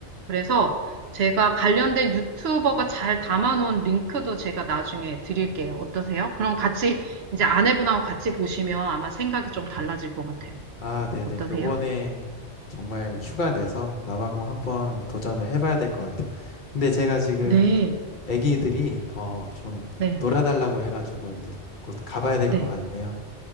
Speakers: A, on the right (about 65°); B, on the left (about 50°).
A: 그래서 제가 관련된 유튜버가 잘 담아놓은 링크도 제가 나중에 드릴게요. 어떠세요? 그럼 같이 이제 아내분하고 같이 보시면 아마 생각이 좀 달라질 것 같아요.
B: 아, 네네.
A: 어떠세요?
B: 요번에 정말 휴가 내서 남아공 한번 도전을 해봐야 될 것 같아요. 근데 제가 지금
A: 네,
B: 애기들이, 어, 좀
A: 네,
B: 놀아달라고 해가지고 이제 곧 가봐야 될
A: 네,
B: 것 같네요.